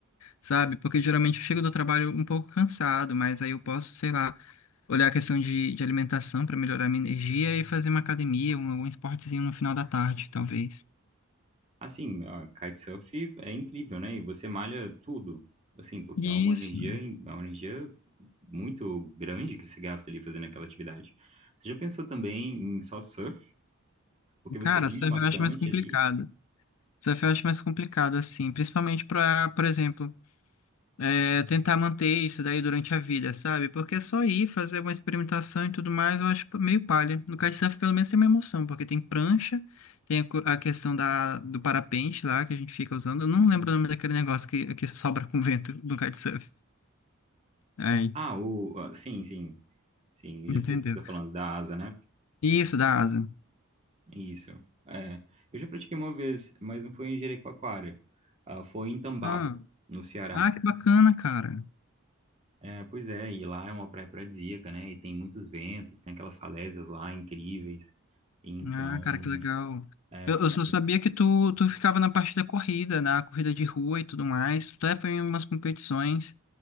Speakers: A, on the left; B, on the right.
A: sabe? Porque geralmente eu chego do trabalho um pouco cansado, mas aí eu posso, sei lá, olhar a questão de, de alimentação para melhorar minha energia e fazer uma academia, um, algum esportezinho no final da tarde, talvez.
B: Assim, a kitesurf é incrível, né? E você malha tudo, assim, porque
A: Isso.
B: é uma energia, é uma energia muito grande que você gasta ali fazendo aquela atividade. Você já pensou também em só surf? Porque você
A: Cara,
B: rima
A: surf
B: bastante
A: eu acho mais complicado.
B: ali.
A: Surf eu acho mais complicado, assim, principalmente para, por exemplo, É, tentar manter isso daí durante a vida, sabe? Porque é só ir fazer uma experimentação e tudo mais, eu acho meio palha. No kitesurf, pelo menos, tem uma emoção, porque tem prancha, tem a co- a questão da, do parapente lá, que a gente fica usando. Eu não lembro o nome daquele negócio que, que sobra com vento no kitesurf. Aí,
B: Ah, o, ah, sim, sim, sim,
A: entendeu?
B: já sei o que você está falando, da asa, né?
A: Isso, da asa.
B: Isso. É, eu já pratiquei uma vez, mas não foi em Jericoacoara, ah, foi em Tambaba,
A: Ah,
B: no Ceará.
A: ah, que bacana, cara.
B: É, pois é, e lá é uma praia paradisíaca, né? E tem muitos ventos, tem aquelas falésias lá incríveis. Então,
A: Ah, cara, que legal.
B: é,
A: Eu,
B: foi
A: eu só sabia que tu, tu ficava na parte da corrida, na corrida de rua e tudo mais. Tu até foi em umas competições.